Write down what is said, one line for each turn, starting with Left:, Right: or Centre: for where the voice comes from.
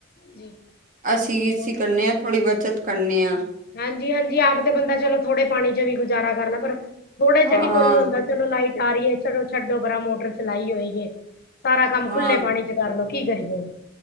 Left: ਜੀ
Right: ਅਸੀਂ
Left: ਹੋਰ
Right: ਇਸ ਕਰੇ ਹਾਂ, ਥੋੜ੍ਹੀ ਬੱਚਤ ਕਰਨੇ ਹਾਂ
Left: ਹਾਂਜੀ- ਹਾਂਜੀ ਆਪ ਤੇ ਬੰਦਾ ਚਲੋ ਥੋੜੇ ਪਾਣੀ ਚ ਵੀ ਗੁਜ਼ਾਰਾ ਕਰਨਾ ਪਰ ਥੋੜੇ ਚ
Right: ਹਾਂ
Left: ਵੀ ਕੋਈ ਨੀ ਹੁੰਦਾ। ਚਲੋ ਲਾਈਟ ਆ ਰਹੀ ਹੈ, ਚਲੋ ਛੱਡੋ ਪਰਾਂ ਮੋਟਰ ਚਲਾਈ ਹੋਈ ਸਾਰਾ ਕੰਮ
Right: ਹਾਂ
Left: ਖੁੱਲੇ ਪਾਣੀ ਚ ਕਰ ਲੋਓ ਕੀ ਕਰੀਏ ਹੁਣ,